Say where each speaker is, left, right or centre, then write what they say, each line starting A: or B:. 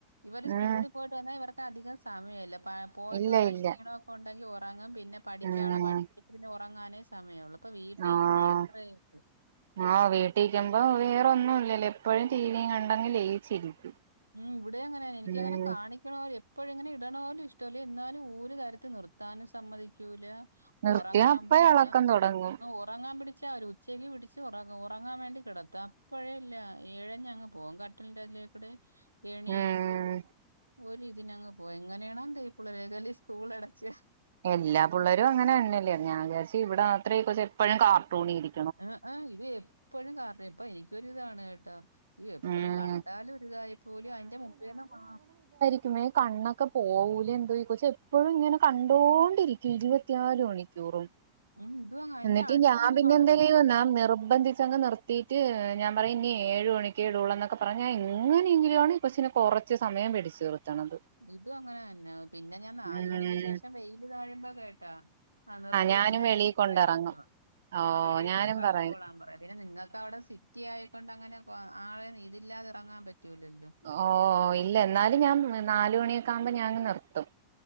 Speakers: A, on the right; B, on the right.
A: ഇവര് സ്കൂളി
B: ഉം
A: പോയി ട്ട് വന്നാ ഇവർക്ക് അധികം സമയല്ല പോയീട്ട്
B: ഇല്ല
A: വെന്ന
B: ഇല്ല
A: ക്ഷീണൊക്കെ ഉണ്ടെങ്കി ഒറ ഒറങ്ങും പിന്നെ പഠിക്ക്യാള്ളെ
B: ഉം
A: പഠിച്ചിട്ട് പിന്നെ ഒറങ്ങാനേ സമയൊള്ളു ഇപ്പൊ വീട്ടി
B: ആഹ്
A: ഇരിക്കുമ്പഴാണ് ഇത്രേം ഇത്
B: ആഹ് വീട്ടിരിക്കുമ്പോ വേറോന്നുല്ലല്ലോ എപ്പഴും ടിവി കണ്ടങ്ങ് ലയിച്ചിരിക്കും.
A: ഉം ഇവിടെ അങ്ങനെന്നെ എനിക്കങ്ങനെ
B: ഉം
A: കാണി ക്ക്ണെ എപ്പഴും ഇങ്ങനെ ഇട്ണോലും ഇഷ്ട്ടല്ല എന്നാലും ഒര് തരത്തി നിർത്താനും സമ്മതിക്കൂല
B: നിർത്തിയ
A: ഒറങ്ങാൻ
B: അപ്പ
A: പിടിച്ച
B: ഇളക്കം തുടങ്ങും
A: ന്ന് ഒ ഒറങ്ങാൻ പിടിച്ചാ ഒരു ഉച്ചയ്ക്ക് പിടിച്ച് ഒറങ്ങും ഒറങ്ങാ വേണ്ടി കെടത്ത അപ്പഴേല്ലാ എഴഞ്ഞങ്ങ് പോവും ക ട്ടിലിന്റെടെക്കൂടെ എണീച്ച്
B: ഉം
A: ഒരിതിനങ്ങ് പോവ എങ്ങനെയാണോ എന്തോ ഈ പുള്ളേരൊക്കെല്ലേ സ്കൂള് അടച്ച്
B: എല്ലാ പുള്ളേരും അങ്ങനെന്നെല്ലേ ഞാൻ വിചാരിച്ച് ഇവിടെ മാത്രേ ഈ കൊച്ചേപ്പഴും കാർട്ടൂണിരി
A: ഹേ ഹേ ഇത് എപ്പഴും കാർട്ടൂൺ ഇപ്പ എ എനിക്കൊരിതാണ് കേട്ടോ ഇ എപ്പഴും
B: ഉം
A: കണ്ടാലും ഒരിതായിപ്പോലും അയിന്റെ മുമ്പേന്ന് മാ
B: മ്മേ കണ്ണൊക്കെ പോവൂലെ എന്തോ ഈ കൊച്ച് എപ്പഴും ഇങ്ങനെ കണ്ടോണ്ടിരിക്കും ഇരുപത്തിനാല് മണി ക്കൂറും
A: ഉം ഇതും അതിന്റെ
B: എന്നിട്ട്
A: അടുത്തൊന്നും
B: ഞാൻ പിന്നെ
A: മാറൂല്ല
B: എന്തൊ ചെയ്യൂന്നാ നിർബന്ധിച്ചങ്ങ് നിർ ത്തീട്ട് ഞാ പറിം ഇനി ഏഴ് മണിക്കേടൊള്ളൂ എന്നോക്കെ പറഞ്ഞ് എങ്ങനെയെങ്കിലാണ് ഈ കൊച്ചിനെ കൊറച്ച് സമയം പിടിച്ച് നിർത്ത്ണത്.
A: ഇതും അങ്ങനെ തന്നെ പിന്നെ ഞാൻ നാല്
B: ഉം
A: മണിക്ക് ശേഷം വെയില് താഴുമ്പോ കേട്ടാ ആഹ് നിർത്തിയിട്ട്
B: ഞാനും
A: പറിം
B: വെളിയിൽ
A: വെളിയി
B: കൊണ്ടിറങ്ങും
A: പോയി കളിച്ചോളാ
B: ഓ
A: ആഹ് വെളീ
B: ഞാനും
A: പോയി കളിച്ചോളാം
B: പറയും
A: പറ്യേ പിന്നെ നിങ്ങക്കവിടെ സ് സിറ്റി ആയക്കൊണ്ടങ്ങനെ ആളെ ഇതില്ലാതെ എറങ്ങാൻ പറ്റൂലല്ലോ.
B: ഓഹ് ഇല്ല എന്നാലും ഞാൻ നാല് മണിയൊക്കാവുമ്പോ ഞാനങ് നിർത്തും.